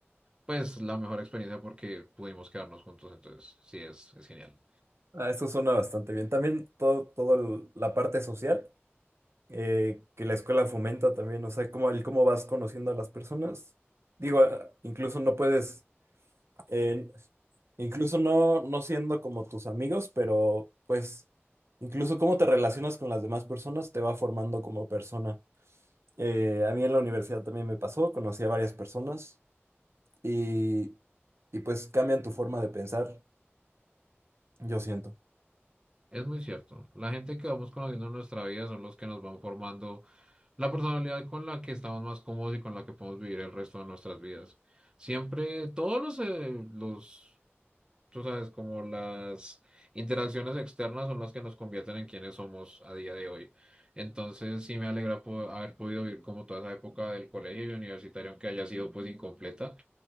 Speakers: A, on the right (about 20°); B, on the right (about 70°).
A: pues la mejor experiencia porque pudimos quedarnos juntos, entonces sí es, es genial.
B: Ah, eso suena bastante bien. También todo, todo el- la parte social eh, que la escuela fomenta también, o sea, cómo, el cómo vas conociendo a las personas. Digo, ah, incluso no puedes, eh, incluso no, no siendo como tus amigos, pero pues incluso cómo te relacionas con las demás personas te va formando como persona. Eh, a mí en la universidad también me pasó, conocí a varias personas y, y pues cambian tu forma de pensar, yo siento.
A: Es muy cierto. La gente que vamos conociendo en nuestra vida son los que nos van formando la personalidad con la que estamos más cómodos y con la que podemos vivir el resto de nuestras vidas. Siempre, todos los, eh, los, tú sabes, como las interacciones externas son las que nos convierten en quienes somos a día de hoy. Entonces, sí me alegra po- haber podido vivir como toda esa época del colegio y universitario, aunque haya sido pues incompleta